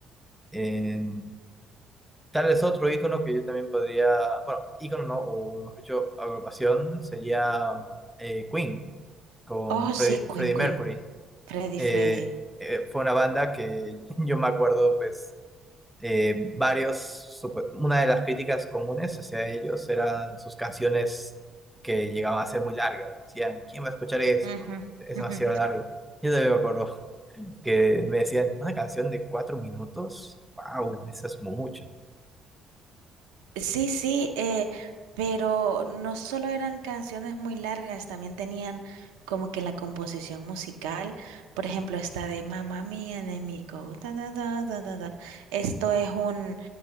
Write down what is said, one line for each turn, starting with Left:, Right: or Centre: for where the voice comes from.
Centre: eh, Tal vez otro icono que yo también podría, bueno, icono no, o mejor dicho, agrupación sería eh, Queen con
Right: Oh, sí,
Centre: Freddy-
Right: Queen,
Centre: Freddie
Right: Queen.
Centre: Mercury.
Right: Freddy,
Centre: Eh,
Right: Freddy.
Centre: eh, fue una banda que <laughs> yo me acuerdo, pues, eh, varios, supe- una de las críticas comunes hacia ellos eran sus canciones que llegaban a ser muy largas. Decían, ¿quién va a escuchar esto?
Right: Ujú,
Centre: Es demasiado
Right: ujú.
Centre: largo. Yo también me acuerdo <laughs> que me decían, ¿una canción de cuatro minutos? ¡Wow! Eso es mucho.
Right: Sí, sí, eh, pero no solo eran canciones muy largas, también tenían como que la composición musical, por ejemplo, esta de Mamma Mía de Mico, ta, ta, ta, ta, ta, ta. Esto es un,